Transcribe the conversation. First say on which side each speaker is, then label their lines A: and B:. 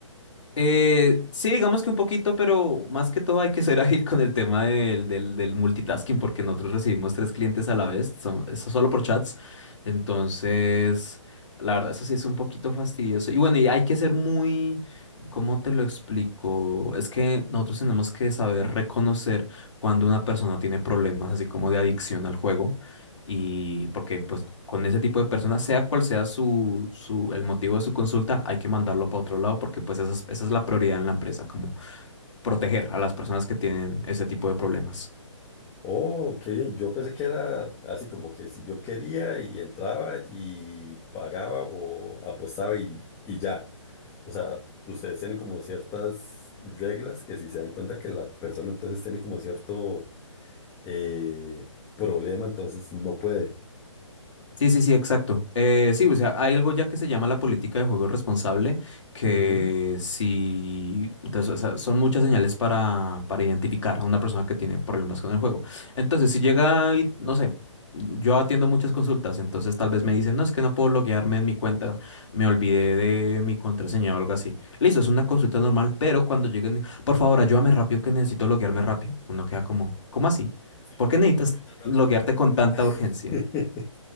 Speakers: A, on the left; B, on the left.
A: Eh, sí, digamos que un poquito, pero más que todo hay que ser <laughs> ágil con el tema del, del, del multitasking, porque nosotros recibimos tres clientes a la vez, son, eso solo por chats. Entonces, la verdad, eso sí es un poquito fastidioso. Y bueno, y hay que ser muy, ¿cómo te lo explico? Es que nosotros tenemos que saber reconocer cuando una persona tiene problemas, así como de adicción al juego, y porque pues con ese tipo de personas, sea cual sea su, su, el motivo de su consulta, hay que mandarlo para otro lado porque pues esa es, esa es la prioridad en la empresa, como proteger a las personas que tienen ese tipo de problemas.
B: Oh, qué bien. Yo pensé que era así como que si yo quería y entraba y pagaba o apostaba y, y ya. O sea, ustedes tienen como ciertas reglas que si se dan cuenta que la persona entonces tiene como cierto eh, problema, entonces no puede.
A: Sí, sí, sí, exacto. Eh, sí, o sea, hay algo ya que se llama la política de juego responsable, que
B: Ujú.
A: si, entonces, o sea, son muchas señales para, para identificar a una persona que tiene problemas con el juego. Entonces, si llega y, no sé, yo atiendo muchas consultas, entonces tal vez me dicen, no, es que no puedo loguearme en mi cuenta, me olvidé de mi contraseña o algo así. Listo, es una consulta normal, pero cuando lleguen, por favor, ayúdame rápido que necesito loguearme rápido. Uno queda como, ¿cómo así?
B: Sí,
A: ¿Por
B: como,
A: qué necesitas
B: ¿por qué tan rápido?
A: loguearte con tanta urgencia?
B: <laughs>